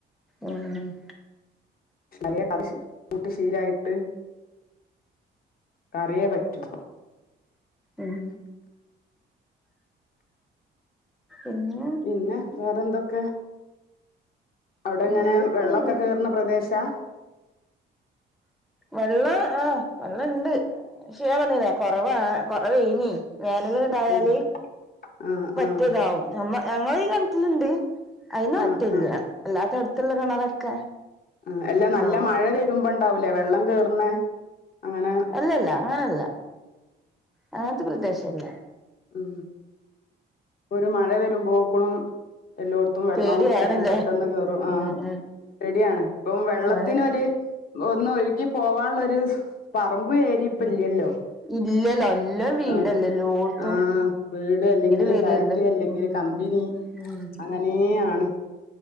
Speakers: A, in the centre; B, on the left (about 45°).
A: ഉം
B: നല്ല കറി ശീ കൂട്ടി ശീലായിട്ട് കറിയേ പറ്റൂ
A: ഉം ഉമ്മ്
B: പിന്നെ വേറെന്തൊക്കെ അവിടെ ഇങ്ങനെ
A: വേറെക്കെ
B: വെള്ളമൊക്കെ
A: ഉള്ളു
B: കയറുന്ന പ്രദേശാ
A: വെള്ളം ആഹ വെള്ളം ഇണ്ട് പക്ഷേ ഞാൻ പറഞ്ഞില്ലാ കുറവാനാണ് കുറവാനെ ഇനി വേനൽ പാല്
B: ആഹ് ആഹ്
A: വറ്റിതാവും
B: ആഹ്
A: നമ്മ ഞങ്ങളീ കീ ണ്ട് അതിന്
B: ആഹ്
A: വറ്റലില്ല
B: ആഹ്
A: അല്ലാത്തടുത്തുള്ള കിണറൊക്കെ
B: ഉ എല്ലാം
A: ഇതാവും
B: നല്ല മഴ വരുമ്പോണ്ടാവൂലേ വെള്ളം കേർണഅങ്ങനെ
A: അല്ലല്ല അങ്ങനെയല്ല അങ്ങനത്തെ പ്രദേശം അല്ല
B: ഉം ഒരു മഴ വരുമ്പോക്കണ എല്ലോടത്തും വെള്ളം
A: പേടിയാണ്ല്ലേ
B: വേൻ പെട്ടെന്ന് കയറും ആ
A: ഉം ഉം
B: ശരിയാണ് പ്പം വെള്ളത്തിനൊരു
A: മഴ
B: ഒന്ന് ഒഴുകി പോവാനുള്ളൊരു പറമ്പു ഏരി'പ്പ
A: ഉം
B: ഇൽയല്ലോ
A: ഇല്ലല്ലോ എല്ലാം വീടല്ലേ
B: ആ
A: എല്ലോട്ത്തും
B: ഹ വീട് അല്ലെങ്കിൽ
A: വരല്ലേ
B: ഫ്ളാറ്റ് അല്ലെങ്കിൽ
A: ഉം
B: കമ്പിനി
A: ഉം
B: അങ്ങനെയ ആണ്